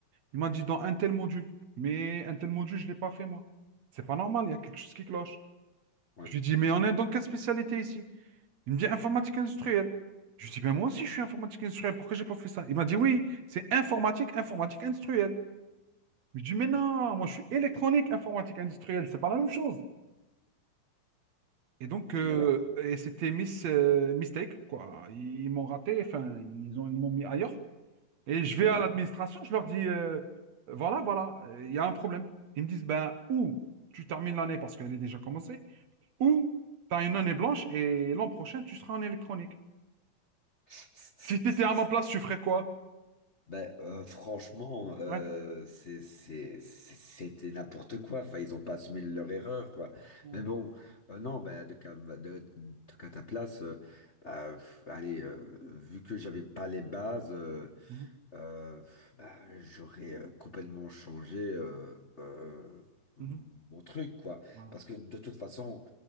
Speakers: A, on the right; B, on the left.
A: Il m'a dit dans un tel module, mais un tel module je l'ai pas fait moi. C'est pas normal, il y a quelque chose qui cloche.
B: Ouais.
A: Je lui dis mais on est dans quelle spécialité ici? Il me dit informatique industrielle. Je lui dis ben moi aussi je suis informatique industrielle, pourquoi j'ai pas fait ça? Il m'a dit oui, c'est informatique, informatique industrielle. Je dis, mais non, moi je suis électronique, informatique industrielle, c'est pas la même chose. Et donc, euh,
B: Et alors?
A: et c'était miss, euh, mistake, quoi. Ils m'ont raté, enfin, ils ont, ils m'ont mis ailleurs. Et je vais
B: Ouais.
A: à l'administration, je leur dis, euh, voilà, voilà, euh, il y a un problème. Ils me disent, ben, ou tu termines l'année parce qu'elle est déjà commencée, ou tu as une année blanche et l'an prochain, tu seras en électronique.
B: <laughs>
A: Si tu étais à ma place, tu ferais quoi?
B: Ben, euh, franchement, euh,
A: Ouais.
B: c'est, c'est, c'est- c'était n'importe quoi. Enfin, ils ont pas assumé leur erreur, quoi.
A: Mhm,
B: Mais bon, euh, non, ben, de, cas- de, de, cas ta place, euh, bah, pff, allez, euh, vu que j'avais pas les bases, euh,
A: mhm,
B: euh, bah, j'aurais euh, complètement changé euh, euh, mon
A: mhm,
B: truc, quoi.
A: Voilà.
B: Parce que de toute façon,